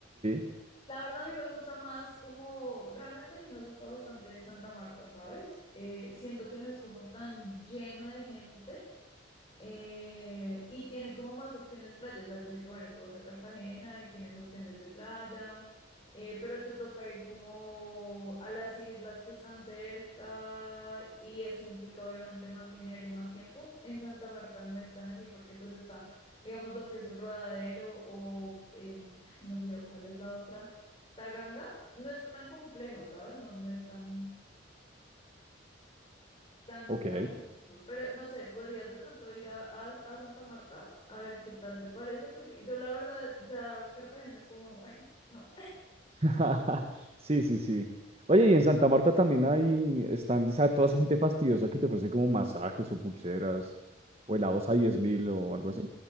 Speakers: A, on the right; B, on the left.
A: sí,
B: La verdad, a mí me gusta más como, realmente a mí me gusta bastante Santa Marta, ¿sabes? Eh, siento que no es como tan lleno de gente eh, y tiene como más opciones de playa. O sea, yo sé que, bueno, tú vas a Cartagena y tienes opciones de playa, eh, pero te toca ir como a las islas que están cerca y eso implica obviamente más dinero y más tiempo. En Santa Marta no es tan así porque pues está, digamos, lo que es el Rodadero o, em, ay, se me olvidó cuál es la otra, Taganga. No está tan complejo, ¿sabes? No, no es tan tan,
A: ok.
B: tan... costoso. Pero no sé, podrías de pronto ir a, a- a Santa Marta a ver qué tal te parece, porque yo la verdad ya Cartagena es como, ay, no.
A: <laughs> Sí,
B: <laughs>
A: sí, sí. Oye, y en Santa Marta también hay, están, o sea, toda esa gente fastidiosa que te ofrece como masajes o pulseras o helados a diez mil o algo así.